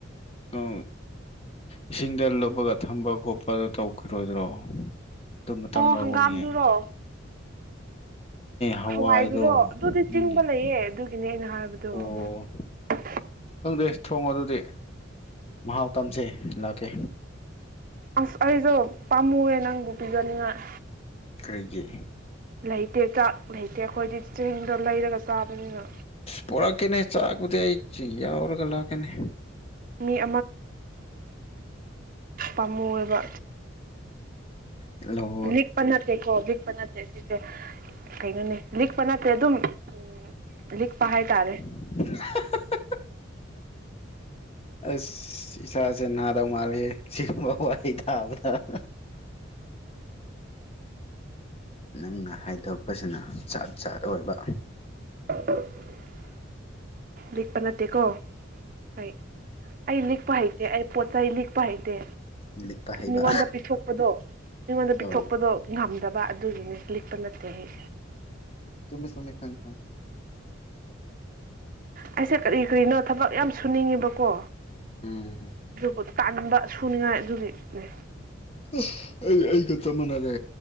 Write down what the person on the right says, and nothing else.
ꯑꯣ
ꯍꯪꯒꯥꯝꯗꯨꯔꯣ
ꯍꯋꯥꯏꯗꯨꯔꯣ ꯑꯗꯨꯗꯤ
ꯆꯤꯡꯕ ꯂꯩꯌꯦ ꯑꯗꯨꯒꯤꯅꯦ ꯑꯩꯅ ꯍꯥꯏꯕꯗꯣ
<unintelligible> <inaudible>
ꯑꯁ ꯑꯩꯁꯨ ꯄꯥꯝꯃꯨꯑꯦ ꯅꯪꯕꯨ ꯄꯤꯖꯅꯤꯡꯉꯥꯏ
ꯂꯩꯇꯦ ꯆꯥꯛ ꯂꯩꯇꯦ ꯑꯩꯈꯣꯏꯗꯤ ꯆꯦꯡꯗꯣ ꯂꯩꯔꯒ ꯆꯥꯕꯅꯤꯅ
ꯃꯤ ꯄꯥꯝꯃꯣꯏꯕ
ꯂꯤꯛꯄ ꯅꯠꯇꯦꯀꯣ ꯂꯤꯛꯄ ꯅꯠꯇꯦ ꯁꯤꯁꯦ ꯀꯩꯅꯣꯅꯦ ꯂꯤꯛꯄ ꯅꯠꯇꯦ ꯑꯗꯨꯝ ꯎꯝ ꯂꯤꯛ ꯄꯍ ꯇꯔꯦ
<inaudible> ꯂꯤꯛꯄ ꯅꯠꯇꯦꯀꯣ ꯑꯩ ꯑꯩ ꯂꯤꯛꯄ ꯍꯩꯇꯦ ꯑꯩ ꯄꯣꯠ ꯆꯩ ꯂꯤꯛ ꯄꯥꯏꯗꯦ
ꯃꯤꯉꯣꯟꯗ ꯄꯤꯊꯣꯛꯄꯗꯣ ꯃꯤꯉꯣꯟꯗ
ꯄꯤꯊꯣꯛꯄꯗꯣ ꯉꯝꯗꯕ ꯑꯗꯨꯒꯤꯅꯦ ꯂꯤꯛ ꯄꯅꯠꯇꯦ ꯑꯩ
ꯑꯩꯁꯦ ꯀꯔꯤ ꯀꯔꯤꯅꯣ ꯊꯕꯛ ꯌꯥꯝ ꯁꯨꯅꯤꯡꯉꯦꯕꯀꯣ
ꯑꯗꯨꯕꯨ ꯇꯥꯟꯕ ꯁꯨꯅꯤꯡꯉꯥꯏ ꯑꯗꯨꯒꯤꯅꯦ